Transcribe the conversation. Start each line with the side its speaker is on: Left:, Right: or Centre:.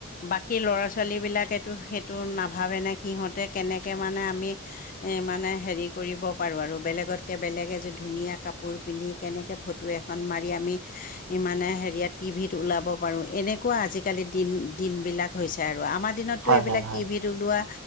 Left: বাকী ল'ৰা ছোৱালীবিলাকেতো সেই টো নাভাবে নে কি সিহঁতে কেনেকে মানে আমি মানে হেৰি কৰিব পাৰোঁ আৰু বেলেগতকে বেলেগে এযোৰ ধুনীয়া কাপোৰ পিন্ধি কেনেকে ফটো এখ ন মাৰি আমি ই মানে হেৰিয়া টিভিত ওলাব পাৰো এনেকুৱা আজি কালি দিন দিন বিলাক হৈছে আৰু আমাৰ দিনতো
Right: হয়
Left: এইবিলাক
Right: হয় হয়
Left: টিভিত ওলোৱা